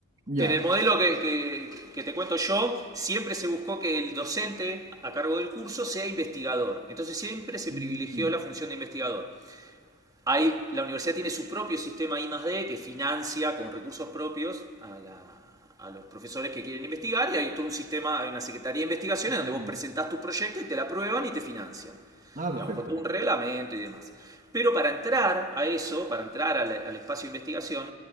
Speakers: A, on the right; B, on the right.
A: Ya.
B: En el modelo que, que- que te cuento yo, siempre se buscó que el docente a cargo del curso sea investigador. Entonces siempre se
A: Mm,
B: privilegió la función de investigador. Hay, la universidad tiene su propio sistema I más D que financia con recursos propios a, la- a los profesores que quieren investigar y hay todo un sistema, hay una secretaría de investigaciones
A: mm.
B: donde vos presentás tu proyecto y te la aprueban y te financian.
A: Ah, perfecto.
B: Digamos, con todo un reglamento y demás. Pero para entrar a eso, para entrar al, al espacio de investigación,